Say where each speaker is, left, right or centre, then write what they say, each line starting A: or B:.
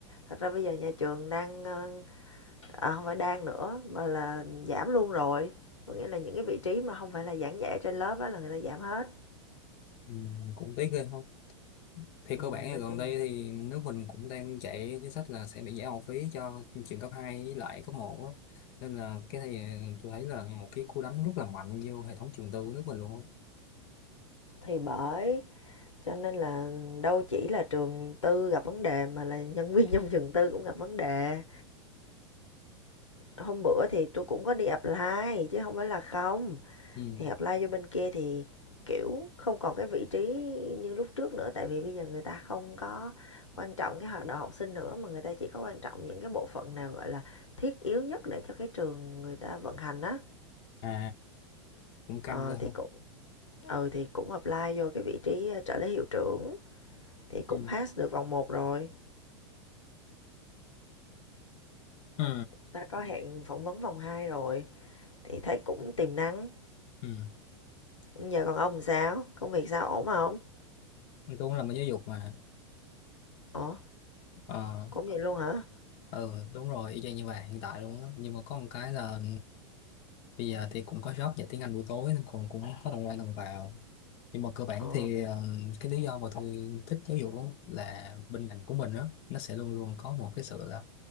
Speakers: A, on the left; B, on the left.
A: thật ra bây giờ nhà trường đang, ơ à, hông phải đang nữa mà là giảm luôn rồi. Có nghĩa là những cái vị trí mà không phải là giảng dạy trên lớp á là người ta giảm hết.
B: Ừ. Cũng tiếc ghê không? thì
A: Ừm,
B: cơ bản là
A: nói
B: gần
A: chung
B: đây thì nước mình cũng đang chạy chính sách là sẽ bị giảm học phí cho trường cấp 2 với lại cấp một á. nên là cái này ờ, tôi thấy là một cái cú đánh rất là mạnh vô hệ thống trường tư của nước mình luôn á.
A: thì bởi, cho nên là đâu chỉ là trường tư gặp vấn đề mà là nhân viên trong trường tư cũng gặp vấn đề. Hôm bữa thì tôi cũng có đi apply chứ không phải là không.
B: ừ.
A: thì apply vô bên kia thì kiểu không còn cái vị trí như lúc trước nữa tại vì bây giờ người ta không có quan trọng cái hoạt động học sinh nữa mà người ta chỉ có quan trọng những cái bộ phận nào gọi là thiết yếu nhất để cho cái trường người ta vận hành á
B: à cũng căng
A: ờ,
B: cơ
A: thì
B: không
A: cũng ừ thì cũng apply vô cái vị trí ờ, trợ lý hiệu trưởng thì cũng
B: ừ.
A: pass được vòng một rồi
B: Ừ.
A: ta có hẹn phỏng vấn vòng 2 rồi thì thấy cũng tiềm năng
B: Ừ.
A: giờ còn ông sao công việc sao ổn không
B: Tôi cũng là một giáo dục mà
A: ủa
B: ờ
A: cũng vậy luôn hả
B: ừ đúng rồi y chang như vậy hiện tại luôn á nhưng mà có một cái là bây giờ thì cũng có job dạy tiếng Anh buổi tối nên cũng cũng có đầu ra đầu vào nhưng mà cơ bản
A: ờ
B: thì ờ, cái lý do mà tôi thích giáo dục á là bên ngành của mình đó nó sẽ luôn luôn có một cái sự là